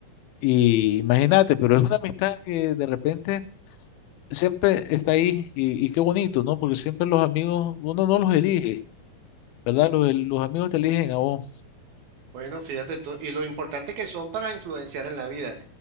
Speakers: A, on the left; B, on the right.
A: Y imagínate, pero es una amistad que de repente siempre está ahí y, y qué bonito, ¿no? Porque siempre los amigos, uno no los elige, ¿verdad? Los, los amigos te eligen a vos.
B: Bueno, fíjate tú, y lo importante que son para influenciar en la vida.